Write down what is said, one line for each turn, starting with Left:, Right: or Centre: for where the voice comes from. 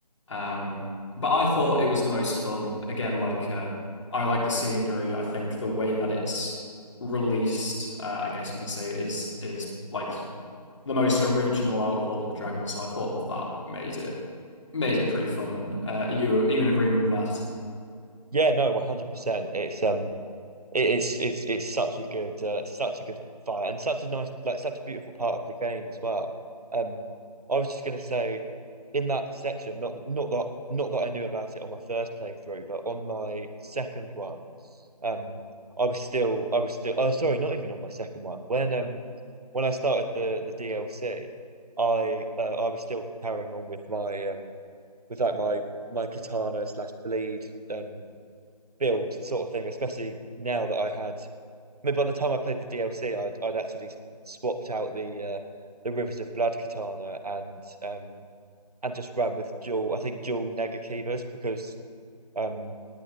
Left: Um, but I thought it was the most fun. Again, like uh, I like the scenery. I think the way that it's released, uh, I guess you could say, is is like the most original out of all the dragons. So I thought that made it made it pretty fun. Uh, are you are you in agreement with that?
Right: Yeah, no, 100%. It's um It is it's it's such a good uh, such a good fight and such a nice like such a beautiful part of the game as well. Um, I was just gonna say in that section, not not that not that I knew about it on my first playthrough, but on my second one, um, I was still I was still oh sorry, not even on my second one. When um when I started the the DLC, I uh, I was still carrying on with my um with like my my katana slash bleed um build sort of thing, especially now that I had I mean, by the time I played the DLC, I'd I'd actually swapped out the uh, the Rivers of Blood katana and um and just ran with dual. I think dual Negakibas because um